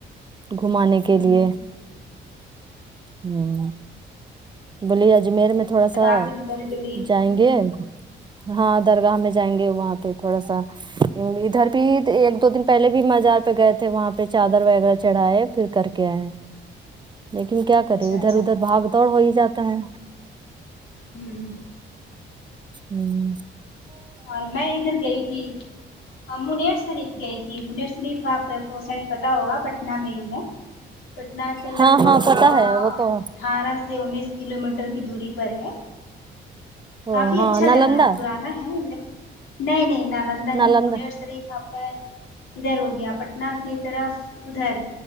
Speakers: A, on the right; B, on the left.
A: گھمانے کے
B: ہوں
A: لیے ہمم بولے اجمیر می تھوڑاسا
B: جگہ پہ بھی کبھی کبھی
A: جائیں
B: ہ
A: گے ہاں درگاہ میں جائیں گے وہاں پے تھوڑا سا ادھر بھی ایک دو دن پہلے بھی مزار پے گئے تھے وہاں پے چادر وغیرہ چڑھائے پھر کر کے آئے ہے لیکن کیا کریں
B: اچھا
A: ادھر
B: اچھا
A: ادھر بھاگ دوڑ ہو ہی جاتا ہے
B: ہمم
A: ہمم
B: اور میں ادھر گئی تھی منیر شریف گئی تھی منیر شریف آپ کو شاید پتہ ہوگا پٹنہ میں ہی ہے پٹنہ سے لگ
A: ہاں
B: بھگ
A: ہاں پتا
B: آ
A: ہے وہ تو
B: اٹھارہ سے سے انیس کلو میٹر کی دوری پر ہے
A: او
B: کافی
A: ہاں
B: اچھا
A: نالندہ
B: جگہ ہے پرانا ہے لیکن نہیں نہیں نالندن
A: نالندہ
B: ہی منیر شریف آپ ہے ادھر ہو گیا پٹنہ سے طرف ادھر